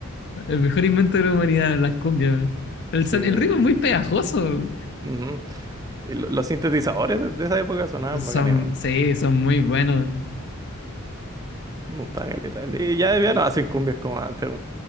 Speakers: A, on the left; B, on the right.
A: El mejor invento de la humanidad, las cumbias. El,
B: Sí.
A: son-
B: eh,
A: el ritmo es muy pegajoso.
B: ujú. Y lo- los sintetizadores de esa época sonaban
A: Son,
B: bacanes, weón.
A: sí, son muy buenos.
B: Me gustaban caleta. Y ya, ya no hacen cumbias como antes,